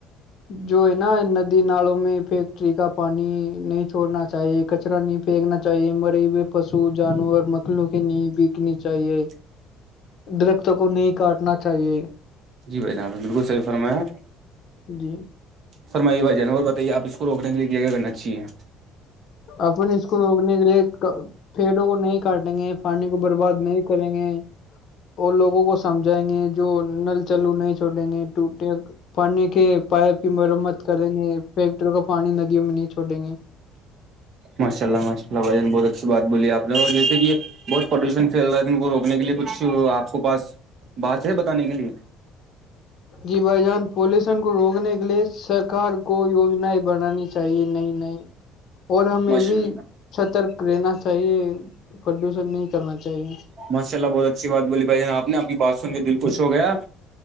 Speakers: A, on the left (about 50°); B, on the right (about 45°).
A: جو ہے نا ندی نالوں میں فیکٹری کا پانی نہیں چھوڑنا چاہیے کچرا نہیں پھیننا چاہیے مرے ہوئے پشو جانور مکھلوں کی ن بکنی چاہیے
B: <inaudible>
A: درختوں کو نہیں کاٹنا چاہیے
B: جی بھائی جناب نے بالکل صحیح فرمایا
A: <inaudible>
B: سرمائی یہ بائی جانا اور بتائیے آپ اس کو روکنے کے لیے کرناچاہیے
A: اپ اس کو روکنے کے لیے پیڑوں کو نہیں کاٹیں گے پانی کو برباد نہیں کریں گے اور لوگوں کو سمجھائیں گے جو نل چلو نہیں چھوٹیں گے ٹوٹے پانی کے پائپ کی مرمت کریں گے کا پانی ندیوں میں نہیں چھوڑیں گے
B: ماشاء اللہ ماشء اللہ بھ بہت اچھی بات بولی آپ نے اور جیسے یہ بہت پدوشن پھیل رہا تھا ان کو روکنے کے لیے کچھ آپ کو پاس بات ہے بتانے کے لیے
A: جی بھائی جان پالوشن کو روکنے کے لیے سرکار کو یوجناائیں بنانی چاہیے نہیں نہیں اور ہمیں
B: ماشاء
A: بھی سترک رہنا چاہیے پردیوشن نہیں کرنا چاہیے
B: ماشاء اللہ بہت اچھی بات بولی بھائی ج آپ نے آپ بات سن کے دل خوش ہو گیا